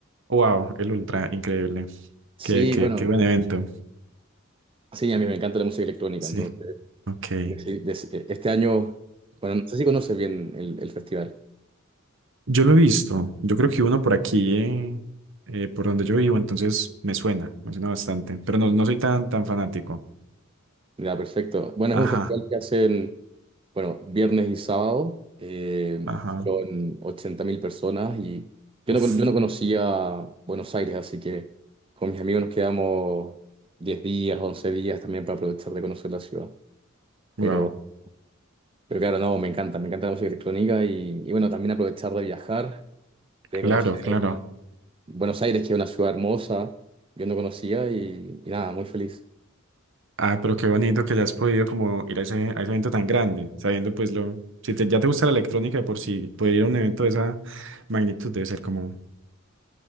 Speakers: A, on the right; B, on the right.
A: Wow, el Ultra, increíble.
B: Sí,
A: Qué, qué,
B: bueno,
A: qué buen evento.
B: sí, a mí me encanta la música electrónica,
A: Sí,
B: entonces
A: ok.
B: deci- deci- este año, bueno, no sé si conoces bien el, el festival.
A: Yo lo he visto. Yo creo que uno por aquí, eh, eh, por donde yo vivo, entonces me suena, me suena bastante. Pero no, no soy tan, tan fanático.
B: Ya, perfecto. Bueno,
A: Ajá,
B: es un festival que hacen, bueno, viernes y sábado. eh,
A: ajá.
B: fueron 80.000 personas y yo
A: Uf,
B: no, con- yo no conocía Buenos Aires, así que con mis amigos nos quedamos 10 días, 11 días también para aprovechar de conocer la ciudad. Pero,
A: wow.
B: pero claro, no, me encanta, me encanta la música electrónica y, y bueno, también aprovechar de viajar, de
A: Claro,
B: conocer
A: claro.
B: Buenos Aires, que es una ciudad hermosa, yo no conocía y, y nada, muy feliz.
A: Ah, pero qué bonito que ya has podido como ir a ese, a ese evento tan grande, sabiendo pues lo... Si te- ya te gusta la electrónica de por sí, poder ir a un evento de esa magnitud debe ser como